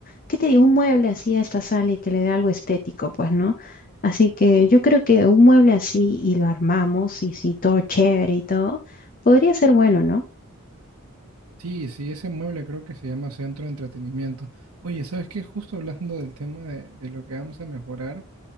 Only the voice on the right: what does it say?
Sí, sí, ese mueble creo que se llama Centro de Entretenimiento. Oye, ¿sabes qué? Justo hablando del tema de, de lo que vamos a mejorar,